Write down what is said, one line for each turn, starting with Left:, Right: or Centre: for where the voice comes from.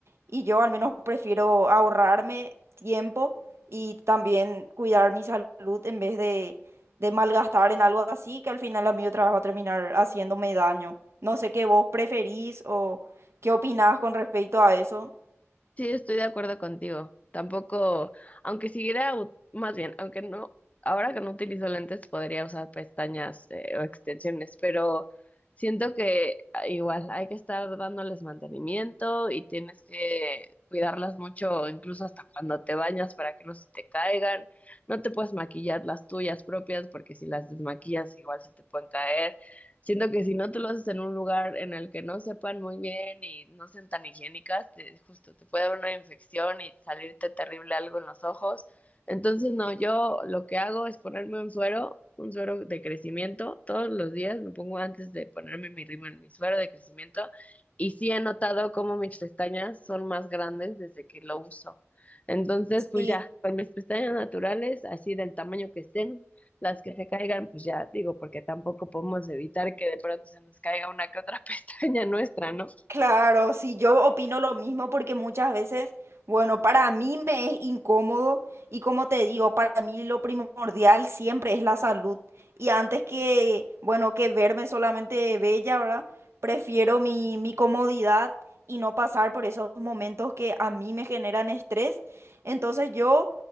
Right: Y yo al menos prefiero ahorrarme tiempo y también cuidar mi salud en vez de, de malgastar en algo así que al final a mí otra vez va a terminar haciéndome daño. No sé qué vos preferís o qué opinás con respecto a eso.
Left: Sí, estoy de acuerdo contigo. Tampoco, aunque siguiera, u- más bien, aunque no, ahora que no utilizo lentes podría usar pestañas eh, o extensiones, pero siento que ah, igual hay que estar dándoles mantenimiento y tienes que cuidarlas mucho, incluso hasta cuando te bañas para que no se te caigan. No te puedes maquillar las tuyas propias porque si las desmaquillas igual se te pueden caer. Siento que si no tú lo haces en un lugar en el que no sepan muy bien y no sean tan higiénicas, te- justo te puede dar una infección y salirte terrible algo en los ojos. Entonces, no, yo lo que hago es ponerme un suero, un suero de crecimiento. Todos los días me pongo antes de ponerme mi rímel, mi suero de crecimiento. Y sí he notado cómo mis pestañas son más grandes desde que lo uso. Entonces,
Right: Sí.
Left: pues ya, con mis pestañas naturales, así del tamaño que estén, las que se caigan, pues ya digo, porque tampoco podemos evitar que de pronto se nos caiga una que otra <laughs> pestaña nuestra, ¿no?
Right: Claro, sí, yo opino lo mismo porque muchas veces, bueno, para mí me es incómodo y como te digo, para mí lo primordial siempre es la salud. Y antes que, bueno, que verme solamente bella, ¿verdad? Prefiero mi, mi comodidad y no pasar por esos momentos que a mí me generan estrés. Entonces yo,